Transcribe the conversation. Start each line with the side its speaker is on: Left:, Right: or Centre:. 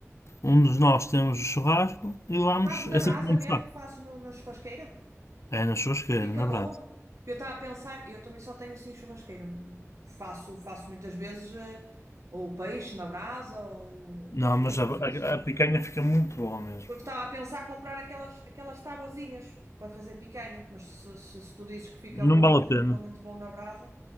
Left: um de nós temos o churrasco e vamos.
Right: Fazes na
Left: É sempre
Right: brasa mesmo?
Left: o saco.
Right: Fazes no, na churrasqueira?
Left: É na churrasqueira,
Right: Fica
Left: na
Right: boa.
Left: brasa.
Right: Eu estava a pensar, eu também só tenho assim churrasqueira. Faço, faço muitas vezes eh, ou peixe na brasa ou
Left: Não,
Right: febras
Left: mas a,
Right: ou
Left: a-
Right: assim.
Left: a picanha fica muito boa mesmo.
Right: Porque estava a pensar comprar aquelas, aquelas tabuazinhas para fazer picanha. Mas se, se, se tu dizes que fica
Left: Não
Right: bom,
Left: vale
Right: igual-
Left: a pena.
Right: igualmente bom na brasa,